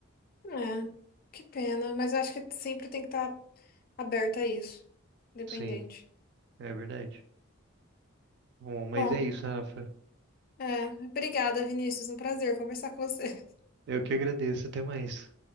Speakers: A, on the left; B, on the right.
A: É, que pena. Mas eu acho que sempre tem que estar aberta a isso. Independente.
B: Sim, é verdade. Bom, mas
A: Bom,
B: é isso, Rafa.
A: é, obrigada, Vinícius. Um prazer conversar com você.
B: Eu que agradeço, até mais.